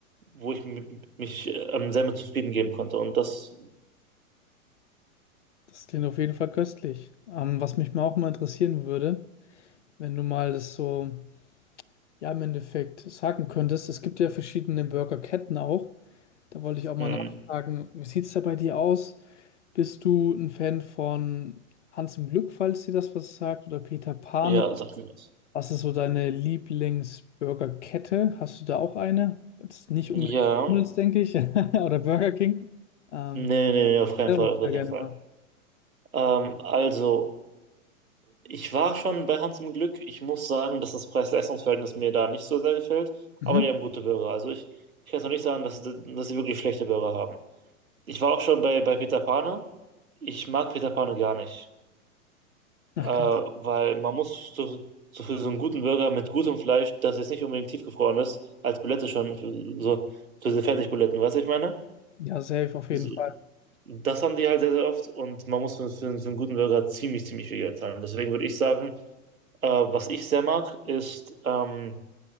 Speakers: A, on the right; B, on the left.
A: wo ich mi- mich ähm, selber zufrieden geben konnte. Und das,
B: Das klingt auf jeden Fall köstlich. Ähm, was mich mal auch mal interessieren würde, wenn du mal das so ja im Endeffekt sagen könntest. Es gibt ja verschiedene Burgerketten auch. Da wollte ich auch mal
A: mh,
B: nachfragen, wie sieht es da bei dir aus? Bist du ein Fan von Hans im Glück, falls dir das was sagt, oder Peter Pane?
A: ja, sagt mir was.
B: Was ist so deine Lieblingsburgerkette? Hast du da auch eine? Jetzt nicht
A: Ja,
B: unbedingt McDonald's, denke ich, <laughs> oder Burger King. Ähm,
A: nee, nee, nee, auf keinen
B: selber
A: Fall,
B: ich
A: auf gar
B: da
A: keinen
B: gerne
A: Fall.
B: mal.
A: Ähm, also, ich war schon bei Hans im Glück. Ich muss sagen, dass das Preis-Leistungs-Verhältnis mir da nicht so sehr gefällt,
B: Mhm.
A: aber die haben gute Burger. Also ich, ich kann es noch nicht sagen, dass, dass sie wirklich schlechte Burger haben. Ich war auch schon bei, bei Peter Pane. Ich mag Peter Pane gar nicht.
B: Ach,
A: Äh, weil
B: krass.
A: man muss so, so für so einen guten Burger mit gutem Fleisch, das jetzt nicht unbedingt tiefgefroren ist, als Bulette schon, für, so für diese Fertigbuletten, weißt du, ich meine?
B: ja, safe auf jeden
A: So,
B: Fall.
A: das haben die halt sehr, sehr oft und man muss für, für, für einen guten Burger ziemlich, ziemlich viel Geld zahlen. Deswegen würde ich sagen, äh, was ich sehr mag, ist, ähm,